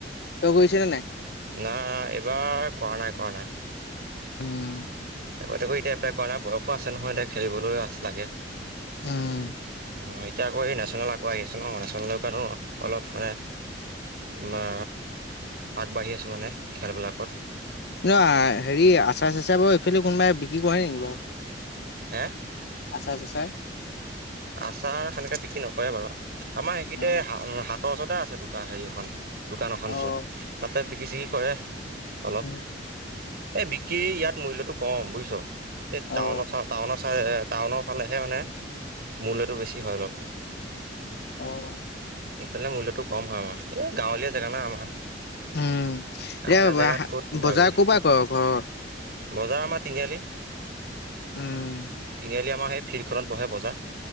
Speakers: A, on the left; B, on the right.
A: তই গৈছ নে নাই?
B: নাই, এইবাৰ কৰা নাই কৰা নাই।
A: উম।
B: তাকো তাকো এতিয়া এপ্লাই কৰা নাই বয়সো আছে নহয় এতিয়া খেলিবলৈ আছ লাগে।
A: উম।
B: অ' এতিয়া আকৌ এই নেশ্যনেল আকৌ আহি আছে ন নেশ্যনেলৰ কাৰণো অলপ মানে বা আগবাঢ়ি আছো মানে খেলবিলাকত।
A: নাই হেৰি আচাৰ চাচাৰ বোৰ এইফালে কোনবাই বিক্ৰী কৰে নেকি বাৰু?
B: হে?
A: আচাৰ চাচাৰ?
B: আচাৰ সেনেকে বিক্ৰী নকৰে বাৰু। আমাৰ সেইকিতে
A: অ',
B: হা - হাতৰ ওচৰতে আছে দোকান হেৰি এখন দোকান এখন
A: অ',
B: টো তাতে বিকি চিকি কৰে অলপ
A: উম,
B: এই বিকি ইয়াত মূল্যটো ক'ম বুইছ। এই টাউনত
A: অ',
B: চা টাউনৰ চাইডেহে টাউনৰ ফালেহে মানে। মূল্যটো বেছি হয় অলপ।
A: অ'।
B: ইফালে মূল্যটো কম হয় আমাৰ। এই গাঁৱলীয়া জেগা না আমাৰ।
A: উম,
B: গাঁৱলীয়া
A: এতিয়া
B: জেগাত ক'ত নো
A: বজাৰ
B: পাবি।
A: ক'ৰ পৰা কৰ ঘৰৰ?
B: বজাৰ আমাৰ তিনিআলি।
A: উম।
B: তিনিআলি আমাৰ সেই ফিল্ডখনত বহে বজাৰ।